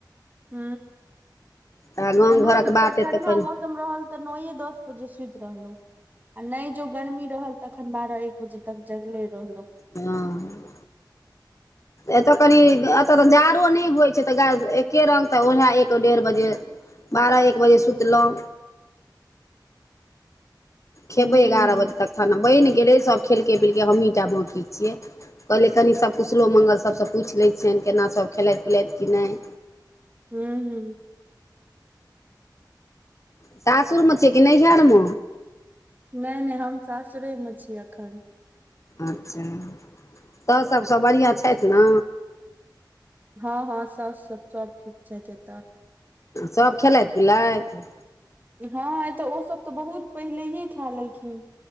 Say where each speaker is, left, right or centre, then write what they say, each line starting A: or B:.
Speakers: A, on the right; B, on the left.
A: ह
B: तऽ गाम
A: हमरो
B: घरक
A: सबके
B: बात
A: ठंडा
B: एतऽ कनि
A: मौसम रहल तऽ नौए दस बजे सुइत रहलोउ नै जो गर्मी रहल तखन बारह एक बजे तक जगले रहलो
B: हाँ एतय कनि एतय तऽ जाड़ो नहि होई छै तऽ गा एके रंग तऽ उएह एक डेढ़ बजे बारह एक बजे सुतलहुँ खेबै
A: हूँ
B: एगारह बजे तक खाना बैन गेलै सभ खेलकै पिलकै हमहीँ टा बाँकी छियै कहलिए कनि सब खुशलो मंगल सभ सँ पूछि लै छिय अनि केना सभ खेलाथि पिलथि कि नहि
A: हू
B: सासुर में छिय कि नैहर में
A: नहि नहि हम सासुरेमे छी अखन
B: अच्छा तऽ स सब सभ बढ़िआँ छैथ ना
A: हँ हँ साउस सब सब ठीक छैतऽ
B: सभ खेलैथि-पिलैथि?
A: हँ एतय ओ सभ तऽ बहुत पहिलैइए खाए लेलखिन